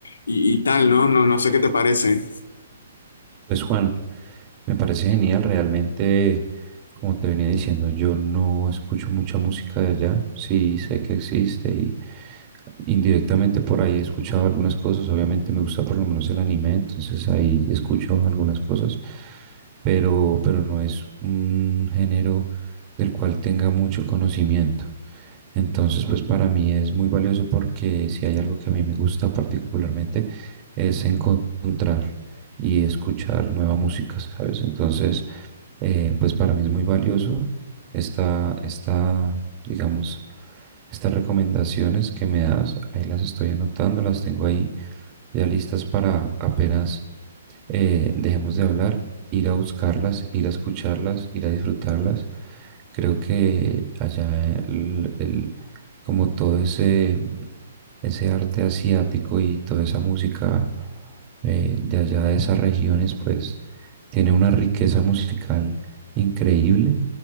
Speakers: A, on the left; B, on the right.
A: y, y tal, ¿no? No, no sé qué te parece.
B: Pues Juan, Me parece genial, realmente, como te venía diciendo, yo no escucho mucha música de allá, sí sé que existe y indirectamente por ahí he escuchado algunas cosas, obviamente me gusta por lo menos el anime, entonces ahí escucho algunas cosas, pero, pero no es un género del cual tenga mucho conocimiento. Entonces, pues para mí es muy valioso porque si hay algo que a mí me gusta particularmente es encontrar y escuchar nueva música, ¿sabes? Entonces, eh, pues para mí es muy valioso esta, esta, digamos, estas recomendaciones que me das. Ahí las estoy anotando, las tengo ahí ya listas para apenas eh, dejemos de hablar, ir a buscarlas, ir a escucharlas, ir a disfrutarlas. Creo que allá eh, el, el- como todo ese, ese arte asiático y toda esa música eh, de allá de esas regiones, pues tiene una riqueza musical increíble